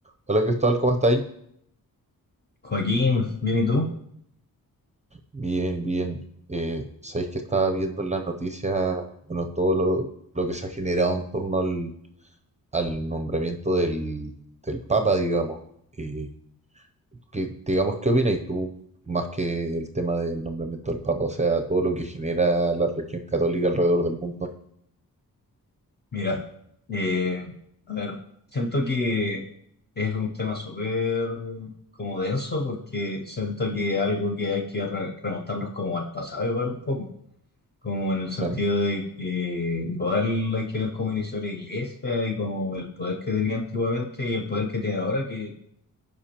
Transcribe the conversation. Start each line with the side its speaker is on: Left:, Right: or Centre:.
Right: Hola Cristóbal, ¿cómo estáis?
Left: Joaquín, bien, ¿y tú?
Right: Bien, bien. Eh, sabéis que estaba viendo en las noticias, bueno, todo lo, lo que se ha generado en torno al, al nombramiento del, del Papa, digamos. Eh, ¿qué- digamos, ¿qué opinas tú más que el tema del nombramiento del Papa? O sea, todo lo que genera la religión católica alrededor del mundo.
Left: Mira, eh, a ver, siento que es un tema súper como denso porque siento que es algo que hay que re- remontarnos como al pasado igual un poco, como en el sentido
Right: Claro,
Left: de que igual hay que ver cómo inició la iglesia y como el poder que tenía antiguamente y el poder que tiene ahora que